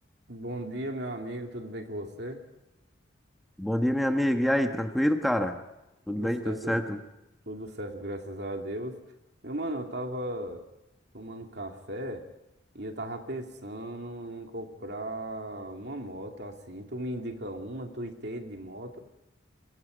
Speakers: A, on the right; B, in the centre.
A: Bom dia, meu amigo, tudo bem com você?
B: Bom dia, meu amigo. E aí, tranquilo, cara?
A: Tudo
B: Tudo bem?
A: certo,
B: Tudo certo?
A: tudo certo, graças a Deus. Meu mano, eu tava tomando café e eu tava pensando em comprar uma moto assim. Tu me indica uma, tu entende de moto?